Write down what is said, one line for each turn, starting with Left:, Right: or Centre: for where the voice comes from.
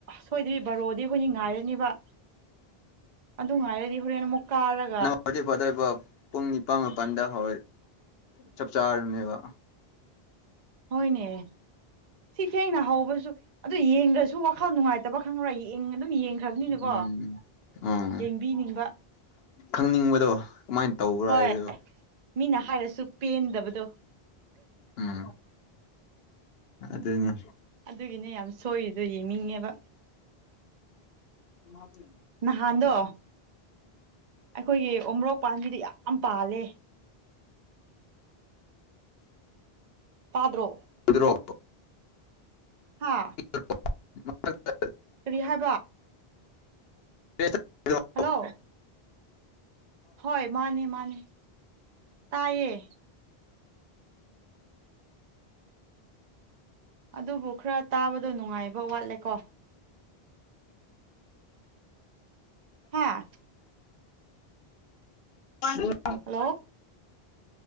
Right: ꯁꯣꯏꯗꯗꯤ ꯕꯔꯣꯗꯤ ꯑꯩꯈꯣꯏꯅ ꯉꯥꯏꯔꯅꯤꯕ ꯑꯗꯨ ꯉꯥꯏꯔꯗꯤ ꯍꯣꯔꯦꯟ ꯑꯃꯨꯛ ꯀꯥꯔꯒ
Left: ꯐꯗꯤ ꯐꯗꯏꯐ ꯄꯨꯡ ꯅꯤꯄꯥꯜ ꯃꯥꯄꯜꯗ ꯍ ꯆꯞ ꯆꯥꯔꯅꯦꯕ
Right: ꯍꯣꯏꯅꯦ ꯁꯤ ꯊꯦꯡꯅ ꯍꯧꯕꯁꯨ ꯑꯗꯨ ꯌꯦꯡꯗ꯭ꯔꯁꯨ ꯋꯥꯈꯜ ꯅꯨꯡꯉꯥꯏꯇꯕ ꯈꯪꯉ꯭ꯔꯣꯏ ꯑꯗꯨꯝ ꯌꯦꯡꯈ꯭ꯔꯕꯅꯤꯅꯀꯣ
Left: ꯎꯝ ꯎꯝ
Right: ꯌꯦꯡꯕꯤꯅꯤꯡꯕ
Left: ꯈꯪꯅꯤꯡꯕꯗꯣ ꯀꯃꯥꯏꯅ ꯇꯧꯕ꯭ꯔꯥ
Right: ꯍꯣꯏ
Left: ꯍꯥꯏꯕꯗꯨꯣ
Right: ꯃꯤꯅ ꯍꯥꯏꯔꯁꯨ ꯄꯦꯟꯗꯕꯗꯣ
Left: ꯎꯝ ꯑꯗꯨꯗꯅꯤ
Right: ꯑꯗꯨꯒꯤꯅꯦ ꯌꯥꯝ ꯁꯣꯏꯔꯤꯗꯣ ꯌꯦꯡꯅꯤꯡꯉꯦꯕ
Left: ꯃꯥꯇ
Right: ꯅꯍꯥꯟꯗꯣ ꯑꯩꯈꯣꯏꯒꯤ ꯎꯣꯔꯣꯛ ꯄꯥꯝꯕꯤꯗ ꯌꯥꯝ ꯄꯥꯜꯂꯦ ꯄꯥꯗ꯭ꯔꯣ
Left: ꯗ꯭ꯔꯣ
Right: ꯍꯥ
Left: <unintelligible>
Right: ꯀꯔꯤ ꯍꯥꯏꯕ
Left: <unintelligible>
Right: ꯍꯜꯂꯣ ꯍꯣꯏ ꯃꯥꯅꯦ ꯃꯥꯅꯦ ꯇꯥꯏꯌꯦ ꯑꯗꯨꯕꯨ ꯈꯔ ꯇꯥꯕꯗꯣ ꯅꯨꯡꯉꯥꯏꯕ ꯋꯥꯠꯂꯦꯀꯣ ꯍꯥꯦ
Left: ꯍ
Right: ꯍꯜꯂꯣ